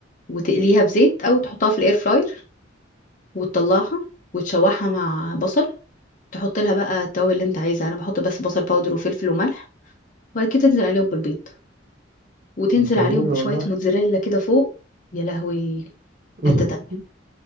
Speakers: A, on the left; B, on the right.
A: وتقليها في زيت او تحطها في الاير فراير وتطلعها وتشوحها مع بصل تحط لها بقى التوابل اللي انت عايزها انا بحط بس بصل باودر وفلفل وملح وبعد كده تنزل عليهم بالبيض وتنزل
B: طب جميل
A: عليهم بشوية
B: والله
A: موتزاريلا كده فوق يا لهوي
B: <laughs>
A: حتة تانية